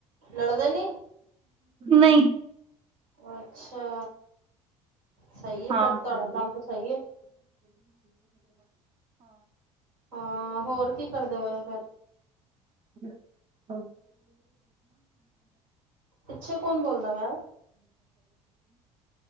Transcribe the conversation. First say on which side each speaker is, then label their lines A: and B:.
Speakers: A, on the right (about 75°); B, on the right (about 35°).
A: ਲੜਦੇ ਨੀ
B: ਨਈ।
A: ਅੱਛਾ। ਸਹੀ ਹੈ
B: ਹਾਂ,
A: ਫਿਰ ਤੁਹਾਡਾ
B: ਹਾਂ।
A: ਕੰਮ ਤਾਂ ਸਹੀ ਹੈ ਹਾਂ, ਹੋਰ ਕੀ ਕਰਦੇ ਪਏ ੳ ਫੇਰ?
B: ੈਂ <inaudible> <inaudible>
A: ਪਿੱਛੇ ਕੌਣ ਬੋਲਦਾ ਪਿਆ